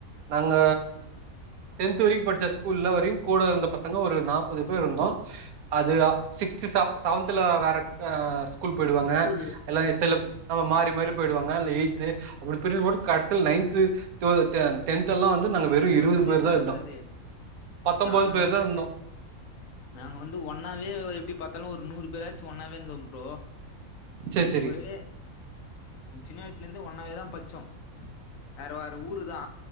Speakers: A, on the right; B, on the left.
A: நாங்க டென்த் வரைக்கு படிச்ச ஸ்கூல்ல வரையு கூட இருந்த பசங்க ஒரு நாப்பது பேர் இருந்தோ அது ஆ சிக்ஸ்த் செவ செவன்தல வேற ஆ ஸ்கூல் போயிடுவாங்க
B: ஸ்கூலு
A: எல்லா சில
B: ம்
A: ஆமா மாறி மாரி போயிடுவாங்க இல்னா எய்த்து அப்டி பிரிஞ்சு போட்டு கடசில் நைன்த்து டுவல் டெ டென்த்தெல்லா வந் து நாங்க வெறு
B: எங்க
A: இருவது
B: கூட
A: பேர்தா
B: எப்டி சொல்றது
A: இர்ந்தோ பத்தொம்பது
B: நாங்க
A: பேர்தா
B: வந்து
A: இந்தோ.
B: நாங்க வந்து ஒன்னாது எப்டி பாத்தாலு ஒரு நூறு பேராச்சு ஒன்னாவே இருந்தோ ப்ரோ
A: சேரி சேரி
B: ஒரே சின்ன வயசுல இருந்தே ஒண்ணாவே தா பச்சோ வேற வேற ஊரு தா